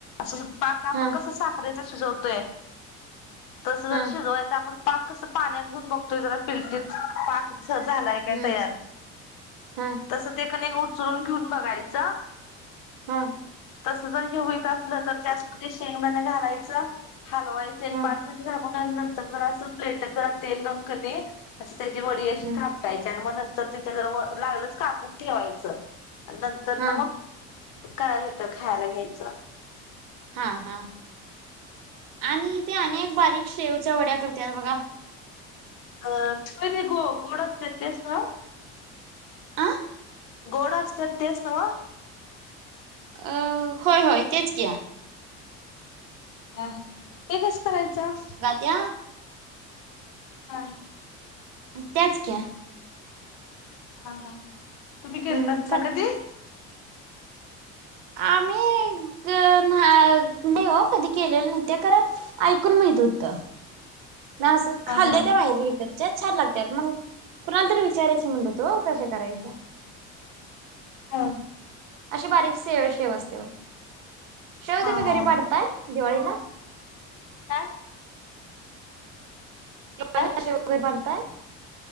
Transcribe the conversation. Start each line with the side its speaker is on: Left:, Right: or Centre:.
Left: असं पाक आपण
Right: हा
Left: कसं साखरेचा शिजवतोय. तसं जर
Right: हा
Left: शिजवायचं आपण पाक कसं पाण्यात घेऊन बघतोय जरा पिलटीत पाक तस झालाय काय
Right: हम्म
Left: तयार,
Right: हा
Left: तसं ते कणी उचलून घेऊन बघायचं.
Right: हम्म.
Left: तस जर हे होईत असलं तर त्याचमध्ये शेंगदाणे घालायचं. हलवायचं एक
Right: हा
Left: पाच मिनिटं झाकून ठेवायचं नंतर जरा असं प्लेटत जरा तेल लावून कनी अशी त्याची वडी अशी
Right: हम्म
Left: थापटायची आणि म नं तर त्याच्या जरा व लागलच कापून ठेवायचं, नंतर
Right: हा
Left: नं मग काय हे का खायला घ्यायचं.
Right: हा हा, आणि ते आणि एक ते बारीक शेवच्या वड्या करत्यात बघा?
Left: अ, व्हय ते गो - गोड असत्यात तेच नव्हं?
Right: आं.
Left: गोड असत्यात तेच नव्हं?
Right: अ होय होय तेच की.
Left: या हो, ते कसं करायचं?
Right: त्यां
Left: हां
Right: त्यांचं क्यां
Left: हां हां तुम्हीं केलतांस
Right: हम्म कर
Left: कां ते
Right: आम्हीं ते नाहीं हो कधीं केलेलं नाहीत त्यां खरं ऐकूंन माहित होतं मंग असं
Left: हा
Right: खांद्याच्या
Left: हा
Right: बाहेरचं विकतं त्यांचं छान लागत्यांत मंग कुणांला तरी विचारायचं म्हणलोतो ओ कश्या करायच्यां
Left: हो
Right: अशी बारीक सेव शेव असत्यां बघां शेव
Left: हा
Right: तुम्हीं
Left: हा
Right: घरी पाडतायं दिवाळीला
Left: कायं
Right: दिवाळीला
Left: काय
Right: शेव घरी पाडतांय